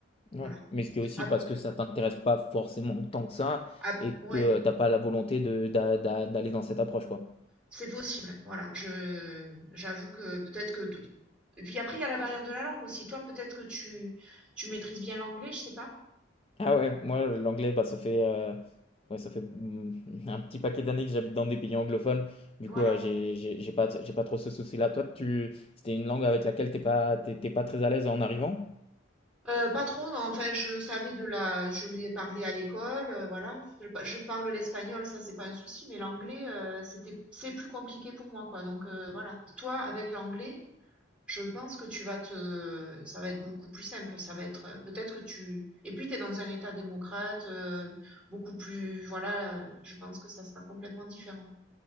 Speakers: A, on the left (about 30°); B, in the centre.
A: Ouais.
B: Voilà.
A: Mais c'est aussi
B: Ap-
A: parce que ça t'intéresse pas forcément tant que ça
B: ap-
A: et
B: ouais.
A: que tu t'as pas la volonté de, d'a- d'a- d'aller dans cette approche, quoi.
B: C'est possible, voilà. Je j'avoue que peut-être que t- et puis après il y a la barrière de la langue aussi. Toi peut-être que tu tu maîtrises bien l'anglais, je sais pas.
A: Ah ouais, moi l'anglais, bah, ça fait, euh, ouais, ça fait mm, un petit paquet d'années que j'habite dans des pays anglophones. Du
B: Voilà.
A: coup, euh, j'ai j'ai- j'ai pas, j'ai pas trop ce souci-là. Toi, tu, c'était une langue avec laquelle t'es pas, t'es t'es pas très à l'aise en arrivant?
B: Euh, pas trop, non. Enfin, je le savais de la, je l'ai parlé à l'école, euh, voilà. Je, pa- je parle l'espagnol, ça c'est pas un souci, mais l'anglais, euh, c'était, c'est plus compliqué pour moi, quoi. Donc euh, voilà. Toi, avec l'anglais, Je pense que tu vas te, ça va être beaucoup plus simple. Ça va être, peut-être que tu, et puis tu es dans un État démocrate, euh, beaucoup plus, voilà, euh, je pense que ça sera complètement différent.